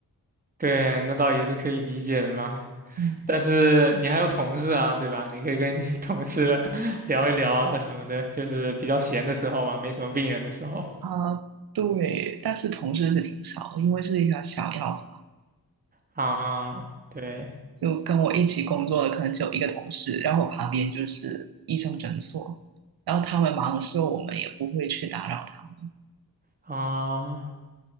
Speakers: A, on the right; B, on the right.
A: 对，那倒也是可以理解的嘛。
B: 嗯
A: 但是你还有同事啊，对吧？你可以跟你的同事 <laughs> 聊一聊啊什么的，就是比较闲的时候嘛，没什么病人的时候
B: 啊，对，但是同事是挺少的因为是一条小药
A: 啊，对
B: 就跟我一起工作的可能只有一个同事，然后我旁边就是医生诊所，然后他们忙的时候，我们也不会去打扰他们。
A: 啊，